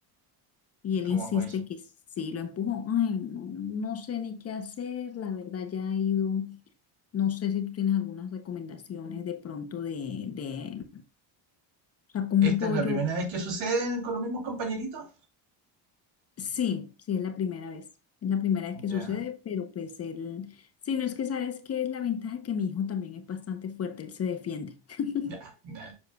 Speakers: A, on the left (about 30°); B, on the right (about 65°).
A: Y él
B: ¿cómo
A: insiste
B: fue eso?
A: que sí, lo empujó. Ay, no, no sé ni qué hacer, la verdad ya he ido, no sé si tú tienes algunas recomendaciones de pronto de, de, o sea, como
B: ¿Esta
A: un pollo.
B: es la primera vez que sucede con los mismos compañeritos?
A: Sí, sí, es la primera vez, es la primera vez que
B: Ya,
A: sucede, pero pues él, sí, no es que sabes que la ventaja que mi hijo también es bastante fuerte, él se defiende, <laughs>
B: ya, ya.